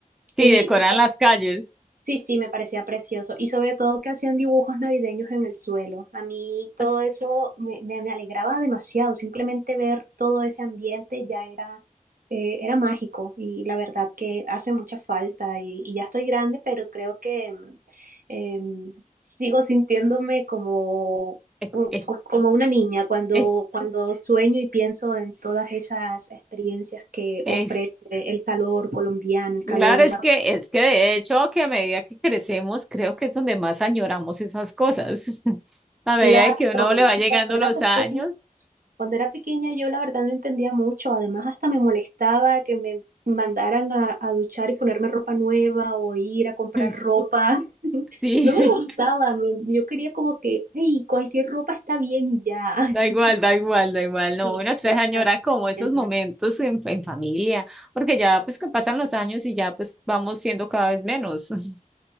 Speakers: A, in the centre; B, on the right (about 80°).
A: sí,
B: Y
A: decoran las calles.
B: Sí, sí, me parecía precioso. Y sobre todo que hacían dibujos navideños en el suelo. A mí todo
A: As-
B: eso me, me- me alegraba demasiado. Simplemente ver todo ese ambiente ya era, eh, era mágico. Y la verdad que hace mucha falta. Y, y ya estoy grande, pero creo que mm, em, sigo sintiéndome como,
A: eh,
B: un-
A: eh,
B: como una niña cuando,
A: eh,
B: cuando sueño y pienso en todas esas experiencias que
A: eh.
B: ofrece el calor colombiano, el
A: Claro,
B: calor
A: es que, es que de hecho que a medida que crecemos, creo que es donde más añoramos esas cosas. <laughs> A medida
B: Claro,
A: de que uno le va
B: y
A: llegando
B: cuando era
A: los
B: pequeña,
A: años,
B: cuando era pequeña yo la verdad no entendía mucho, además hasta me molestaba que me mandaran a, a duchar y ponerme ropa nueva o ir a comprar
A: <laughs>
B: ropa. <laughs>
A: sí,
B: No me gustaba, me- yo quería como que, ay, cualquier ropa está bien y ya. <laughs>
A: da igual, da igual, da igual. No,
B: Sí,
A: uno después
B: pero
A: añora
B: claro,
A: como esos
B: entiendo.
A: momentos en, en familia, porque ya pues que pasan los años y ya pues vamos siendo cada vez menos. <laughs>